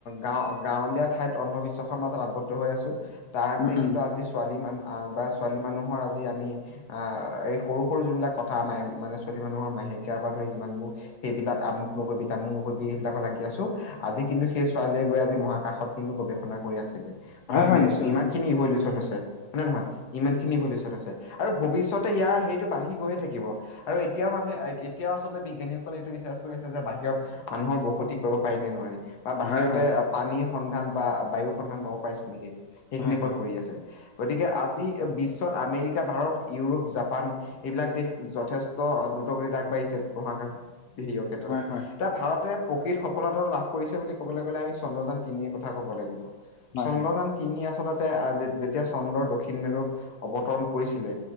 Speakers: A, on the left; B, on the left.
A: গাওঁ গাঁৱলীয়া ঠাইত অন্ধবিশ্বাসৰ মাজত আবদ্ধ হৈ আছো তাৰতে
B: উম, উম,
A: কিন্তু আজি ছোৱালী মান বা ছোৱালী মানুহৰ আজি আমি আহ এই সৰু সৰু যোনবিলাক কথা ম মানে ছোৱালী মানুহৰ মাহেকীয়াৰ পৰা ধৰি যিমানবোৰ সেইবিলাক আমুক নকবি তামুক নকবি সেইবিলাকত লাগি আছোঁ আজি কিন্তু সেই ছোৱালীয়ে গৈ আজি মহাকাশত কিন্তু গৱেষণা কৰি আছেগে কথা
B: হয়,
A: খিনি
B: হয়,
A: কৈছো
B: নিশ্চয়,
A: ইমান খিনি ইভয় লোচন হৈছে। হয় নে নহয় ইমান খিনি ভলিষ্যত আছে আৰু ভৱিষ্যতে ইয়াৰ হেৰিটো বাঢ়ি গৈহে থাকিব। আৰু এতিয়াও মানুহ এতিয়াও আচলতে বিজ্ঞানী সকলে এইটো ৰিচাৰ কৰি আছে যে বাহিৰত মানুহৰ বসতি কৰিব পাৰি নে নোৱাৰি বা বাহিৰতে
B: হয়, হয়,
A: পানীৰ সন্ধান বা বায়ুৰ সন্ধান পাব পাৰিছো নেকি সেইখিনিৰ
B: হয়,
A: ওপৰত
B: হয়,
A: কৰি আছে গতিকে আজি বিশ্বত আমেৰিকা, ভাৰত, ইউৰোপ, জাপান এইবিলাক দেশ যথেষ্ট দ্ৰুতগতিত আগবাঢ়িছে মহাকাশ বিহেয়ৰ ক্ষেত্ৰত
B: হয়, হয়,
A: এতিয়া ভাৰতে প্ৰকৃত সফলতাটো লাভ কৰিছে বুলি ক'বলৈ গ'লে আমি চন্দ্ৰযান তিনিৰ কথা ক'ব লাগিব। চন্দ্ৰযান
B: হয়, হয়,
A: তিনি আচলতে আহ যেতিয়া চন্দ্ৰৰ দক্ষিণ মেলত অৱতৰণ কৰিছিলে